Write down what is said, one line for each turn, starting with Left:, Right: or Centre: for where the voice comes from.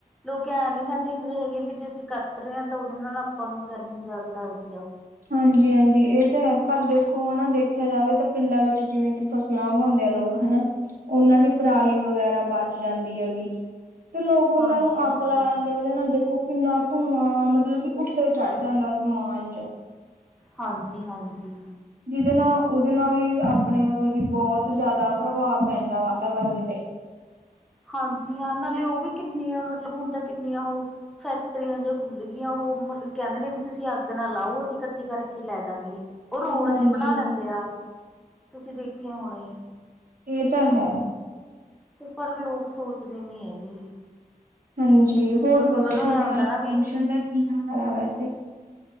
Centre: ਲੋਕ ਐਂ ਨੀ ਨਾ ਦੇਖਦੇ ਹੈਗੇ ਵੀ ਜੇ ਅਸੀ ਕੱਟ ਰਹੇ ਤਾਂ ਉਦੇ ਨਾਲ ਆਪਾਂ ਨੂੰ ਗਰਮੀ ਜਾਇਦੇ ਲਗਦੀ ਐ।
Right: ਹਾਂਜੀ-ਹਾਂਜੀ ਇਅ ਤੇ ਹੈ ਪਰ ਦੇਖੋ ਹਨਾ ਦੇਖਿਆ ਜਾਵੇ ਤਾ ਪਿੰਡਾਂ ਵਿੱਚ ਜਿਵੇਂ ਕਿ ਫਸ ਲਾਂ ਉਗੌਂਦੇਆ ਲੋਕ ਹਨਾ ਉਨਾਂ ਦੀ ਪਰਾਲੀ ਵਗੈਰਾ ਬੱਚ ਜਾਂਦੀ ਆ ਗੀ। ਤੇ ਲੋਕ ਓਨਾਂ
Centre: ਹਾਂਜੀ
Right: ਨੂੰ
Centre: ਹਾਂਜੀ
Right: ਅੱਗ ਲਾ ਦਿੰਦੇ ਆ। ਉਹਦੇ ਨਾਲ ਦੇਖੋ ਕਿੰਨਾ ਧੂੰਆਂ ਮਤਲਬ ਕਿ ਉੱਤੇ ਚੜ੍ਹ ਜਾਂਦਾ ਅਸਮਾਨ 'ਚ'।
Centre: ਹਾਂਜੀ-ਹਾਂਜੀ।
Right: ਜਿਦੇ ਨਾਂ ਉਦੇ ਨਾਂ ਵੀ ਆਪਣੇ ਮਤਲਬ ਕਿ ਬਹੁਤ ਜਿਆਦਾ ਪ੍ਰਭਾਵ ਪੈਂਦਾ ਵਾਤਾਵਰਨ 'ਤੇ।
Centre: ਹਾਂਜੀ- ਹਾਂ ਨਾਲੇ ਉਅ ਵੀ ਕਿੰਨਿਆਂ ਮਤਲਬ ਹੁਣ ਤਾ ਕਿੰਨੀਆਂ ਹੋ ਫੈਕਟਰੀਆ ਜੀਆ। ਖੁੱਲ ਗੀਆ ਉਹ ਮਤਲਬ ਕਹਿੰਦੇ ਨੇ ਵੀ ਤੁਸੀ ਅੱਗ ਨਾ ਲਾਓ ਅਸੀ ਕੱਠੀ ਕਰ ਕੇ ਲੈਜਾਂਗੇ। ਉਅ ਰੋਲ
Right: ਹਾਂਜੀ
Centre: ਜੇ ਬਣਾ ਲੈਂਦੇ ਆ, ਤੁਸੀ ਦੇਖੇ ਹੋਣੇ।
Right: ਇ ਤਾ ਹੈ।
Centre: ਤੇ ਪਰ ਲੋਕ ਸੋਚਦੇ ਨੀ ਹੈਗੇ।
Right: ਹਾਂਜੀ ਹੋਰ
Centre: ਬਸ
Right: ਦੱਸੋ
Centre: ਉਹਨਾਂ ਨੂੰ
Right: ਥੋਡੇ
Centre: ਐ ਹੁੰਦਾ
Right: ਵੱਲ
Centre: ਨਾ
Right: ਪ੍ਰਦੂਸ਼ਣ
Centre: ਵੀ
Right: ਦਾ ਕੀ ਹਾਲ ਆ ਵੈਸੇ?